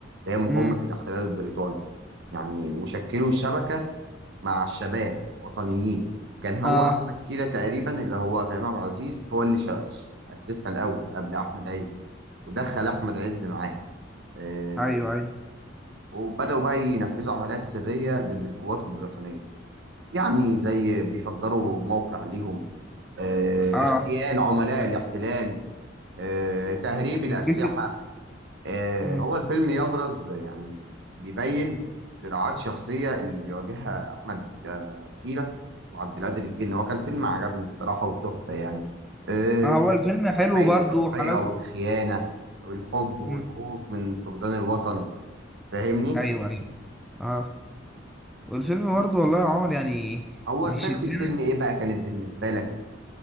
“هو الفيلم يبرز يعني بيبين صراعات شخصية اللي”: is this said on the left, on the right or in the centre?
Right